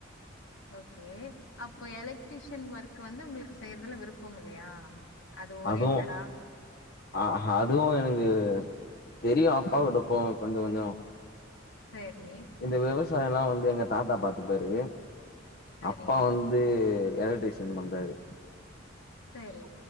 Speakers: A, on the left; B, on the left.
A: ஓகே அப்போ எலக்ட்ரீஷன் ஒர்க் வந்து உங்ளுக்கு செய்றதுல விருப்பம் இல்லையா அது ஓரியன்ட்டடா
B: அதுவு ஆ அதுவு எனக்கு தெரியு அப்பா
A: ம்
B: விட்ட போவே கொஞ்ச கொஞ்சோ
A: சேரி
B: இந்த விவசாயோல்லா வந்து எங்க தாத்தா பாத்துப்பாரு
A: சரி
B: அப்பா வந் து எலக்ட்ரிஷியன் பண்றாரு
A: சேரி